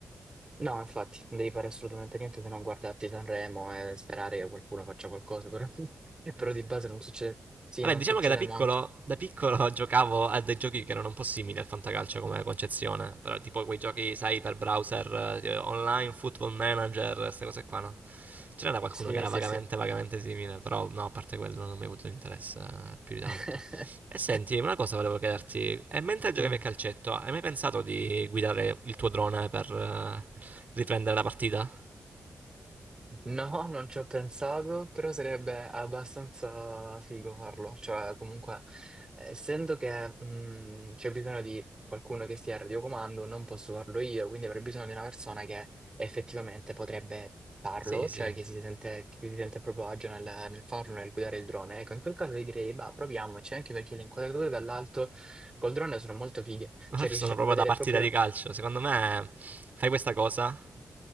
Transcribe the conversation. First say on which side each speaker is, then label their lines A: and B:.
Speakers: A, on the right; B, on the right.
A: No, infatti, non devi fare assolutamente niente se non guardarti Sanremo e sperare che qualcuno faccia qualcosa, però, <laughs>
B: Eh
A: però
B: sì.
A: di base non succede... Sì,
B: Vabbè,
A: non
B: diciamo
A: succede
B: che da piccolo,
A: molto.
B: da piccolo <laughs> giocavo a dei giochi che erano un po' simili al fantacalcio come concezione, però tipo quei giochi, sai, per browser, eh, online, football manager, queste cose qua, no? Ce n'era qualcuno
A: Sì,
B: che era
A: sì,
B: vagamente,
A: sì.
B: vagamente simile, però no, a parte quello non mi ha avuto interesse eh, più di tanto.
A: <laughs>
B: E senti, una cosa volevo chiederti, e mentre giocavi
A: Dimmi.
B: a calcetto, hai mai pensato di guidare il tuo drone per eh, riprendere la partita?
A: No, non ci ho pensato, però sarebbe abbastanza figo farlo. Cioè, comunque, essendo che mh, c'è bisogno di qualcuno che stia al radiocomando, non posso farlo io, quindi avrei bisogno di una persona che effettivamente potrebbe farlo,
B: Sì, sì.
A: cioè che si sente, che si sente a proprio agio nel, nel farlo, nel guidare il drone. Ecco, in quel caso io direi, bah, proviamoci, anche perché le inquadrature dall'alto col drone sono molto fighe,
B: <laughs>
A: cioè
B: Sono
A: riesci
B: proprio
A: a vedere
B: da partita
A: proprio...
B: di calcio. Secondo me fai questa cosa,